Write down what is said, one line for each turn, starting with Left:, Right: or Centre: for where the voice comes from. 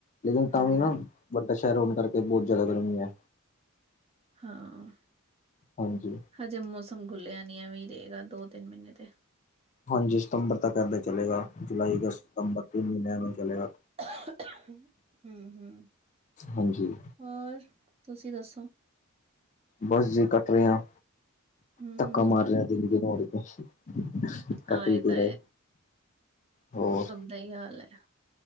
Left: ਲੇਕਿਨ ਤਾਂ
Right: ਹੂੰ।
Left: ਵੀ ਨਾ ਵੱਡਾ ਸ਼ਹਿਰ ਹੋਣ ਕਰਕੇ, ਬਹੁਤ ਜ਼ਿਆਦਾ ਗਰਮੀ ਹੈ।
Right: ਹਾਂ
Left: ਹਾਂਜੀ
Right: ਹਜੇ ਮੌਸਮ ਖੁੱਲਿਆ ਨਹੀ, ਇਵੇ ਹੀ ਰਹੇਗਾ ਦੋ ਤਿੰਨ ਮਹੀਨੇ ਤੇ
Left: ਹਾਂਜੀ ਸਤੰਬਰ ਤੱਕ ਏਦਾਂ ਚਲੇਗਾ, ਜੁਲਾਈ ਅਗਸਤ ਸਤੰਬਰ ਤੋਂ ਮਹੀਨੇ ਚਲੇਗਾ
Right: ਹਮ, ਹਮ
Left: ਹਾਂਜੀ
Right: ਹੋਰ ਤੁਸੀਂ ਦੱਸੋ।
Left: ਬਸ ਜੇ ਕੱਟ ਰਿ ਆ,
Right: ਹੂੰ-ਹੂੰ।
Left: ਧੱਕਾ ਮਾਰ ਰਿਹਾ ਦਿਨ ਦੇ ਨੜ ਸੁੱਕਾ
Right: ਹਾਂ
Left: ਕਟ ਏ
Right: ਇਹ ਤਾਂ
Left: ਹੋਰ
Right: ਸਹੀ ਹਾਲ ਹੈ,